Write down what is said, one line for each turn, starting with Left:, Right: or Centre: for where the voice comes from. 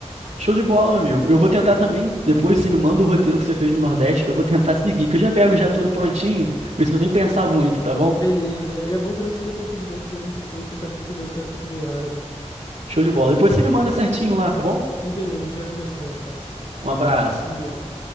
Right: Show de bola, meu amigo. Eu vou tentar também. Depois você me manda o roteiro que você fez no Nordeste, que eu vou tentar <laughs> seguir, que eu já pego já tudo prontinho, não preciso nem pensar muito, tá bom?
Left: Beleza. E é e é bom também que você já tem um feedback de alguém que foi, você sabe o que que deu certo, o que que deu errado.
Right: Show de bola. Depois você me manda certinho lá, tá bom?
Left: E beleza, a gente vai conversando, cara.
Right: Um abraço.
Left: Um beijo.